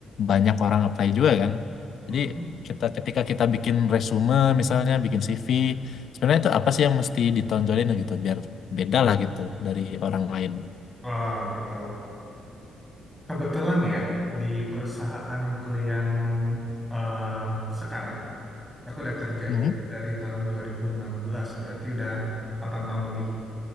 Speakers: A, on the left; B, in the centre.
A: banyak orang apply juga kan.
B: mm,
A: Jadi kita ketika kita bikin resume misalnya, bikin CV, sebenarnya itu apa sih yang mesti ditonjolin gitu biar beda lah gitu dari orang lain.
B: oh, gitu. Kebetulan ya, di perusahaanku yang eh, sekarang, aku udah kerja
A: Mhm.
B: itu dari tahun 2016, berarti udah 8 tahun lebih.